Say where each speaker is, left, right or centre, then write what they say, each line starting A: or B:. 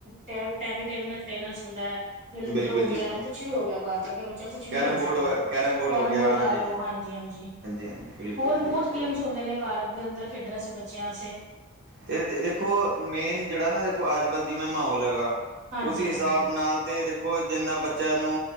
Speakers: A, on the right; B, on the right.
A: ਟੈਬ ਟੈਬਿਟੈਨਲ ਟੈਨਿਸ ਹੁੰਦਾ‌। ਜਾਂ ਲੂਡੋ
B: ਬਿਲਕੁਲ
A: ਹੋ ਗਿਆ
B: ਜੀ
A: ਕੁਛ ਵੀ ਹੋ ਗਿਆ, ਘਰ ਬੈ ਕੇ ਬੱ ਚਾਏ, ਕੁਛ ਵੀ
B: ਕੈਰਮ
A: ਖੇਲ
B: ਬੋਰਡ
A: ਸਕਦਾ,
B: ਹੋ
A: ਕੈਰਮ
B: ਹੋ ਗਿਆ
A: ਬੋਰਡ
B: ਹਾਂਜੀ
A: ਲੈ ਲੋੋ ਹਾਂਜੀ ਹਾਂਜੀ,
B: ਹਾਂਜੀ ਬਿਲਕੁਲ
A: ਹੋਰ ਵੀ
B: ਜੀ
A: ਬਹੁਤ
B: ਬਿਲਕੁਲ
A: ਗੇਮਸ ਹੁੰਦੇ ਨੇ ਕਾਰ ਅੰਦੇ ਅੰਦਰ ਖੇਡਣ ਅਸਤੇ ਬੱਚਿਆਂ ਆਸੇ।
B: ਤੇ ਦੇਖੋ ਮੇਨ ਜੇੜਾ ਨਾ ਦੇਖੋ ਅੱਜ-ਕੱਲ੍ਹ ਜਿਵੇਂ ਮਾਹੌਲ ਹੈਗਾ,
A: ਹਾਂਜੀ
B: ਉਸ ਹਿਸਾਬ
A: ਹਾਂਜੀ
B: ਨਾਲ ਤੇ ਦੇਖੋ ਜਿੰਨਾ ਬੱਚਿਆਂ ਨੂੰ